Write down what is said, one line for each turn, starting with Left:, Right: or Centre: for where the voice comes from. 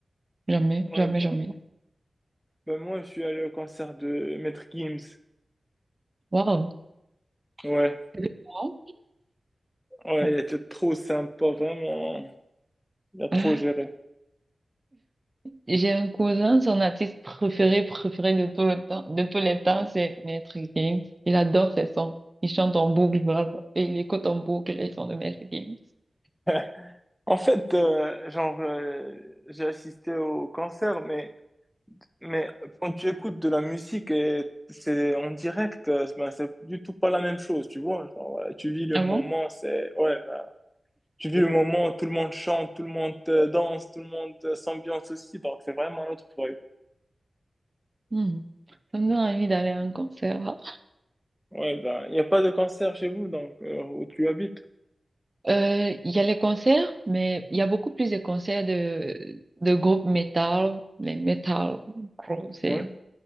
Right: Jamais,
Centre: Ouais,
Right: jamais,
Centre: ben,
Right: jamais.
Centre: ben moi, je suis allé au concert de Maître Gims.
Right: Waouh.
Centre: Ouais,
Right: C'est différent.
Centre: ouais,
Right: Ouais.
Centre: il était trop sympa, vraiment. Il a trop
Right: Ah,
Centre: géré.
Right: J'ai un cousin, son artiste préféré, préféré de tout le temps, de tous les temps, c'est Maître Games. Il adore ses sons. Il chante en boucle, blablabla, et il écoute en boucle les sons de Maître Games.
Centre: <laughs> En fait, euh, genre, euh, j'ai assisté au concert, mais, mais quand tu écoutes de la musique et c'est en direct, euh, ben, c'est du tout pas la même chose, tu vois. Genre, euh, tu vis le
Right: Ah
Centre: moment,
Right: bon?
Centre: c'est, ouais, Tu vis le moment, tout le monde chante, tout le monde euh, danse, tout le monde euh, s'ambiance aussi, donc c'est vraiment un autre vibe.
Right: Hmm. Ça me donne envie d'aller à un concert. hein.
Centre: Ouais, ben, il n'y a pas de concert chez vous, donc, euh, où tu habites.
Right: Euh, Il y a les concerts, mais il y a beaucoup plus de concerts de, de groupes metal, mais metal, gros, c'est
Centre: Ouais.